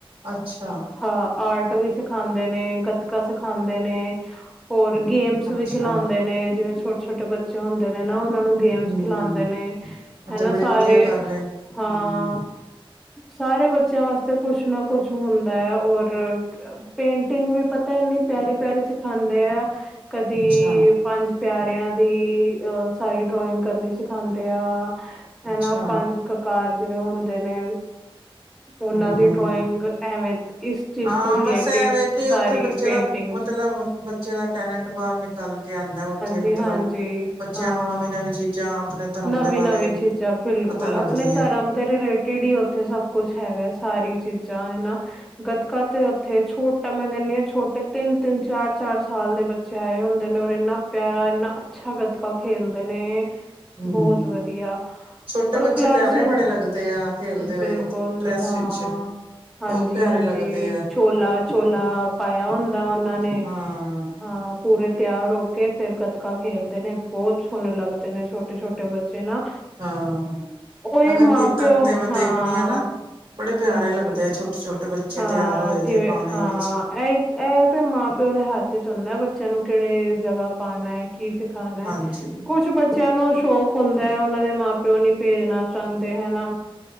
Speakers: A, on the right; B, in the centre.
A: ਅੱਛਾ।
B: ਹਾਂ, ਆਰਟ ਵੀ ਸਿਖਾਂਦੇ ਨੇ, ਗਤਕਾ ਸਿਖਾਂਦੇ ਨੇ। ਹੋਰ ਗੇਮਸ
A: ਅੱਛਾ
B: ਵੀ ਖਿਲਾਂਉਦੇ ਨੇ, ਜਿਵੇਂ ਛੋ ਟੇ ਬੱਚੇ ਹੁੰਦੇ ਨੇ ਨਾ, ਉਨਾਂ ਨੂੰ ਗੇਮਸ
A: ਹਮ
B: ਖਿਲਾਂਦੇ ਨੇ,
A: ਇਹ
B: ਹੈਨਾ
A: ਤੇ ਬੜੀ
B: ਸਾਰੇ
A: ਵਧੀਆ ਗੱਲ ਏ
B: ਹਾਂ।
A: ਹੂੰ
B: ਸਾਰੇ ਬੱਚਿਆਂ ਵਾਸਤੇ, ਕੁਛ ਨਾ ਕੁਛ ਹੁੰਦੈ, ਔਰ ਪੇਂਟਿੰਗ ਵੀ ਪਤਾ ਏਨੀ ਪਿਆਰੀ-ਪਿਆਰੀ ਸਿਖਾਂਦੇ ਆ। ਕਦੀ,
A: ਅੱਛਾ
B: ਪੰਜ ਪਿਆਰ ਆ ਦੀ ਸਾਰੀ ਡਰੌਇੰਗ ਕਰਨੀ ਸਿਖਾਂਦੇ ਆ, ਹੈਨਾ
A: ਅੱਛਾ
B: ਪੰਜ ਕਕਾਰ ਜਿਵੇਂ ਹੁੰਦੇ ਨੇ, ਉਹਨਾਂ
A: ਹੂੰ
B: ਦੀ ਡਰੌਇੰਗ ਐਵੇਂ ਇਸ ਚੀਜ਼
A: ਹਾਂ,
B: ਤੋਂ ਰਿਲੇਟਿਡ
A: ਬਸ ਐਵੇ ਕੇ
B: ਸਾਰੀ
A: ਉੱਥੇ ਬੱਚੇ
B: ਪੇਂਟਿੰਗਸ
A: ਦਾ ਮਤਲਬ, ਬੱਚੇ ਦਾ ਟੈਲੇਂਟ ਬਾਰ ਨਿਕਲ ਕੇ ਆਂਦਾ ਉੱਥੇ
B: ਤੇ
A: ਮਤਲਬ
B: ਹਾਂਜੀ,
A: ਬੱਚਿਆਂ
B: ਹਾਂ,
A: ਨੂੰ ਨਵੀਂ ਨਵੀਂ ਚੀਜ਼ਾਂ ਆਪਣੇ ਧਰਮ
B: ਨਵੀਂ-ਨਵੀਂ
A: ਦੇ ਬਾਰੇ
B: ਚੀਜ਼ਾ ਬਿਲਕੁਲ,
A: ਪਤਾ ਲੱਗਦੀ
B: ਅਪਣੇ
A: ਹੈ
B: ਧਰਮ ਦੇ ਰਿਲੇਟਿਡ ਹੀ ਉੱਥੇ ਸਭ ਕੁਛ ਹੈਗਾ, ਸਾਰੀ ਚੀਜ਼ਾਂ ਹੈਨਾ। ਗੱਤਕਾ ਤੇ ਉੱਥੇ ਛੋਟਾ ਮੈਂ ਕੈਂਨੀ ਆ ਛੋਟੇ ਤਿੰਨ-ਤਿੰਨ, ਚਾਰ-ਚਾਰ ਸਾਲ ਦੇ ਬੱਚੇ ਆਏ ਹੁੰਦੇ ਨੇ, ਔਰ ਏਨਾ ਪਿਆਰਾ ਇੰਨਾ ਅੱਛਾ ਗੱਤਕਾ ਖੇਲਦੇ ਨੇ,
A: ਹੂੰ
B: ਬਹੋਤ ਵਧੀਆ।
A: ਛੋਟੇ
B: ਔਰ
A: ਬੱਚੇ
B: ਕਲਾਸਿਸ,
A: ਪਿਆਰੇ ਬੜੇ ਲੱਗਦੇ ਆ ਖੇਲਦੇ ਹੋਏ
B: ਬਿਲਕੁਲ
A: ਡਰੈਸ
B: ਹਾਂ।
A: ਵਿੱਚ ਬਹੁਤ
B: ਹਾਂਜੀ-ਹਾਂਜੀ,
A: ਪਿਆਰੇ ਲੱਗਦੇ ਆ
B: ਚੋਲਾ-ਚੋਲਾ ਪਾਇਆ ਹੁੰਦਾ ਉਨ੍ਹਾਂ ਨੇ,
A: ਹਾਂ
B: ਹਾਂ। ਪੂਰੇ ਤਿਆਰ ਹੋਕੇ, ਫੇਰ ਗ ਤਕਾ ਖੇਲਦੇ ਨੇ, ਬੋਤ ਛੋਣੇ ਲੱਗਦੇ ਨੇ, ਛੋਟੇ-ਛੋਟੇ ਬੱਚੇ ਨਾ।
A: ਹਾਂ
B: ਓਈ
A: ਨਗਰ
B: ਮਾਂ-ਪਿਓ,
A: ਕੀਰਤਨ ਤੇ ਮੈਂ ਦੇਖਣੀ
B: ਹਾਂ।
A: ਆ ਨਾ
B: ਹੂੰ,
A: ਬੜੇ ਪਿਆਰੇ ਲੱਗਦੇ ਆ ਛੋਟੇ ਛੋਟੇ ਬੱਚੇ
B: ਹਾਂ,
A: ਤਿਆਰ ਹੋਏ
B: ਜਿਵੇਂ
A: ਦੇ ਬਾਣੇ
B: ਹਾਂ,
A: ਵਿੱਚ
B: ਐਈ ਐ ਤੇ ਮਾਂ-ਪਿਓ ਦੇ ਹੱਥ 'ਚ ਹੁੰਦਾ, ਬੱਚਿਆਂ ਨੂੰ ਕੇਹੜੇ ਜਗ੍ਹਾ ਪਾਣਾ ਏ, ਕੀ ਸ ਖਾਣੈ,
A: ਹਾਂਜੀ
B: ਕੁੱਛ ਬ ਬੱਚਿਆਂ ਨੂੰ ਸ਼ੌਕ ਹੁੰਦਾ ਐ, ਉਹਨਾਂ ਦੇ ਮਾਂ-ਪਿਓ ਨੀ ਭੇਜਣਾ ਚਾੰਹਦੇ ਹੈਨਾ।